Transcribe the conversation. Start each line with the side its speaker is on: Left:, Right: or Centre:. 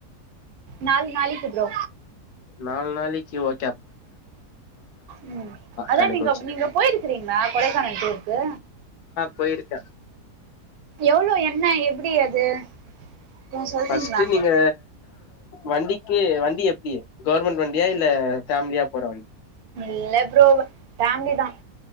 Right: நாலு நாளைக்கு ப்ரோ
Left: நாலு நாளைக்கி ஒ
Right: உம் அதான்
Left: கணக்கு
Right: நீங்க
Left: வச்சு
Right: நீங்க போயிருக்கிறீங்களா கொடைக்கானல் டூருக்கு
Left: போயிருக்க
Right: எவ்ளவு என்ன எப்டி அது கொஞ்சோ சொல்றீங்களா
Left: பஸ்ட் நீங்க வண்டிக்கு வண்டி எப்டி கவர்மெண்ட் வண்டி இல்ல பேமிலியாபோற
Right: இல்ல பிரரோ ஃபேமிலி தான்